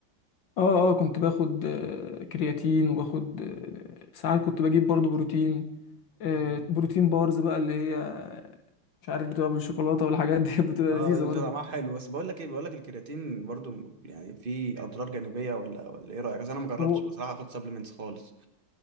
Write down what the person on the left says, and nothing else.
اه اه كنت باخد آه، كرياتين وباخد آه، ساعات كنت بجيب برضو بروتين آه،
بروتين بارز بقى اللي هي مش عارف بتبقى بالشوكولاتة والحاجات دي <laughs> بتبقى
لذيذة
برضو
هو